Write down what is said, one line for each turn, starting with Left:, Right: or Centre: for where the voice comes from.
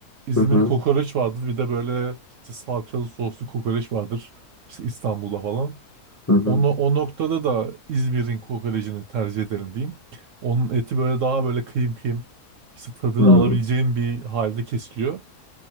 Right: İzmir
Left: hı hı,
Right: kokoreç vardır. Bir de böyle işte salçalı soslu kokoreç vardır. İşte İstanbul'da falan.
Left: hı
Right: Onu, o noktada da İzmir'in kokorecini tercih ederim diyeyim. Onun eti böyle daha böyle kıyım kıyım işte tadını
Left: hı, hı.
Right: alabileceğim bir halde kesiliyor.